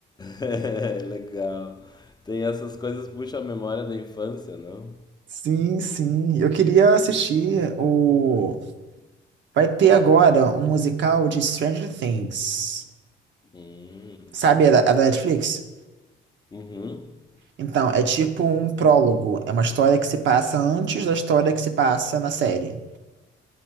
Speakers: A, on the left; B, on the right.
A: É, Legal. Tem essas coisas que puxam a memória da infância, não?
B: Sim, sim. Eu queria assistir o. Vai ter agora um musical de Stranger Things.
A: Hum.
B: Sabe, a da, a da Netflix?
A: Uhum.
B: Então, é tipo um prólogo. É uma história que se passa antes da história que se passa na série.